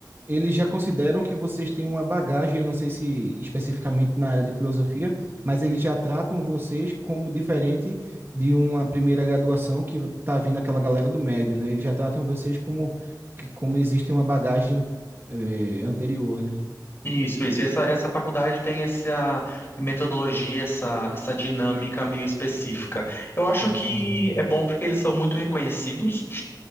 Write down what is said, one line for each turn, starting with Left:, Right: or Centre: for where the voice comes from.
Right: Eles já consideram que vocês têm uma bagagem, eu não sei se especificamente na área de filosofia, mas eles já tratam vocês como diferente de uma primeira graduação que tá vindo aquela galera do médio, né? Eles já tratam vocês como que como existe uma bagagem eh, anterior, né?
Left: Isso, isso. E essa, essa faculdade tem essa metodologia, essa, essa dinâmica meio específica. Eu acho
Right: Ah,
Left: que
Right: tá.
Left: é bom porque eles são muito reconhecidos.